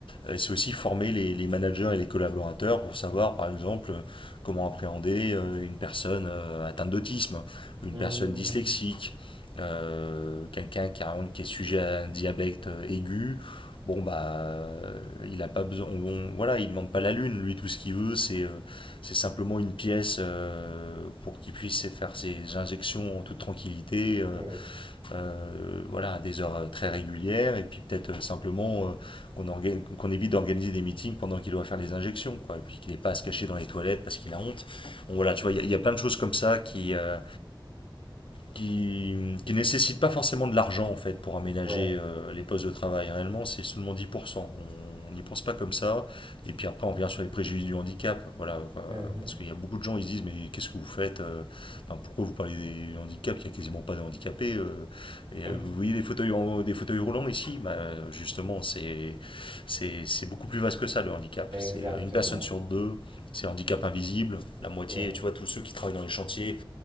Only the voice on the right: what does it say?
Mm.
Mm.
Oui,
ouais.
Mhm.
<laughs>
Exactement.
Ouais.